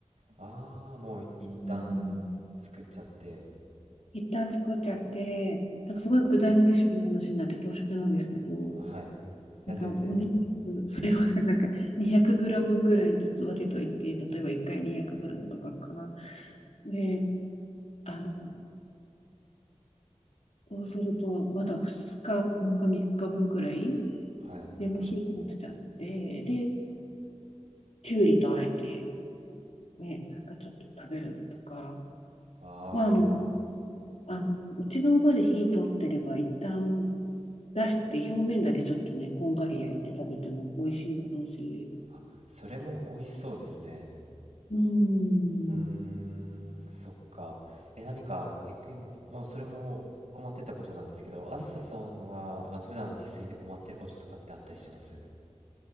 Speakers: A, on the right; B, on the left.
A: ああ、もう一旦作っちゃって。
B: うんうんうん一旦作っちゃって、なんかすごい具材のレシピの話になって恐縮なんですけど、
A: うん。はい。いや、
B: なんか胸肉、
A: 全然。
B: それをねなんか 200g ぐらいずつ分けといて、例えば1回 200g とかかな。で、あの、そうすると、まだ2日分か3日分ぐらい、
A: はい。
B: でもう火を通しちゃって、で、きゅうりとあえて、ね、なんかちょっと食べるとか、
A: ああ。
B: まあ、あの、あの、内側まで火通ってれば、一旦出して表面だけちょっとね、こんがり焼いて食べても美味しいだろうし。
A: あそれも美味しそうですね。
B: うーん。
A: うーん、そっか。え、何か逆に、もうそれも困ってたことなんですけど、あずささんは、あの、普段自炊で困ってることとかってあったりします